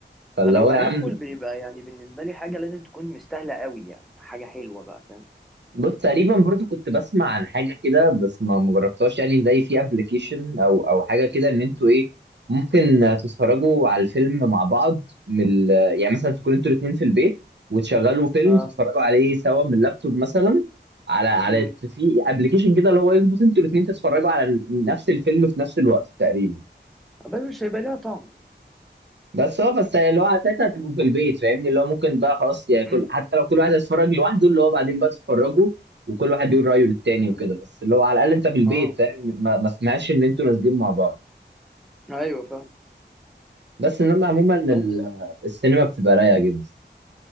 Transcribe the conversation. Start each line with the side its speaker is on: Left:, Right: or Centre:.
Right: فاللي
Centre: فلو
Right: هو
Centre: هندخل
Right: يا عم
Centre: بيبقى يعني بالنسبه لي حاجه لازم تكون مستاهله قوي يعني حاجه حلوه بقى فاهم
Right: بص تقريبا برضو كنت بسمع عن حاجه كده بس ما ما جربتهاش يعني زي في ابلكيشن او او حاجه كده ان انتوا ايه ممكن تتفرجوا على الفيلم مع بعض من ال- يعني مثلا تكونوا انتوا الاثنين في البيت وتشغلوا فيلم
Centre: اه
Right: تتفرجوا عليه سوا من اللابتوب مثلا على على
Centre: <clears throat> أمم.
Right: في ابلكيشن كده اللي هو يظبط انتوا الاثنين تتفرجوا على نفس الفيلم في نفس الوقت تقريبا
Centre: بس مش هيبقى ليها طعم
Right: بس هو بس اللي هو على فكره هتبقوا في البيت فاهمني اللي هو ممكن بقى خلاص يعني كل
Centre: <clears throat>
Right: حتى لو كل واحد هيتفرج لوحده اللي هو بعدين بقى تتفرجوا وكل واحد يقول رايه للتاني
Centre: مم.
Right: وكده بس اللي هو على الاقل انت في البيت
Centre: اه
Right: فاهم ما, ما سمعش ان انتوا نازلين مع بعض
Centre: ايوه فاهم
Right: بس انما عموما ال-
Centre: بس
Right: السينما بتبقى رايقه جدا